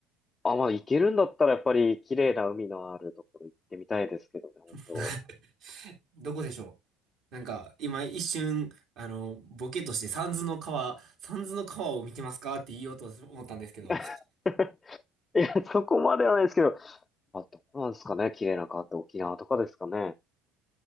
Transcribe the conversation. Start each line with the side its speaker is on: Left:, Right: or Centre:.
Left: う。あ、まあ行けるんだったらやっぱり綺麗な海のあるところ行ってみたいですけどね、本当。
Right: <laughs> どこでしょうなんか、今一瞬、あの、ボケとして三途の川、三途の川を見てますかって言おうと思ったんですけど。
Left: <laughs> いや、そこまではないですけど、あ、どうなんですかね。綺麗な川って沖縄とかですかね。